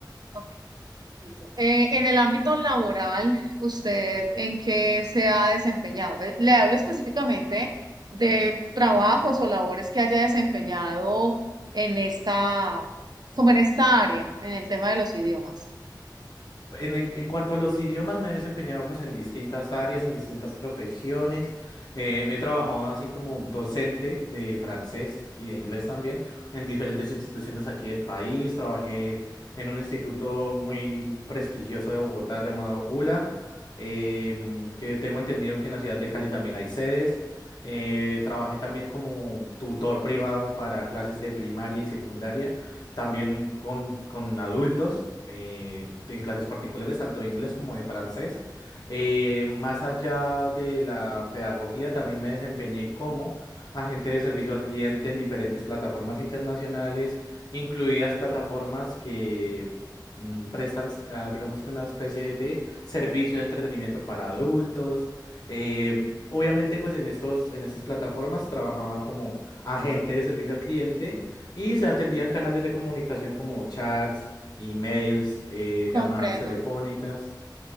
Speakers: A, on the right; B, on the left.
A: Ok, listo. Eh, en el ámbito laboral, ¿usted en qué se ha desempeñado? Eh, Le hablo específicamente de trabajos o labores que haya desempeñado en esta, como en esta área, en el tema de los idiomas.
B: En, en- en cuanto a los idiomas, me he desempeñado pues en distintas áreas, en distintas profesiones. Eh, he trabajado así como docente de francés y de inglés también en diferentes instituciones aquí del país. Trabajé en un instituto muy prestigioso de Bogotá llamado ULA, em, que tengo entendido que en la ciudad de Cali también hay sedes. Eh, trabajé también como tutor privado para clases de primaria y secundaria también con, con adultos eh, en clases particulares, tanto de inglés como de francés. Eh, más allá de la pedagogía, también me desempeñé como agente de servicio al cliente en diferentes plataformas internacionales, incluidas plataformas que mm, prestan, ah, digamos que una especie de servicio de entretenimiento para adultos. Eh, obviamente, pues en estos, en estas plataformas trabajaba como agente de servicio al cliente y se atendían canales de comunicación como chats, emails, eh,
A: Comprendo,
B: llamadas telefónicas.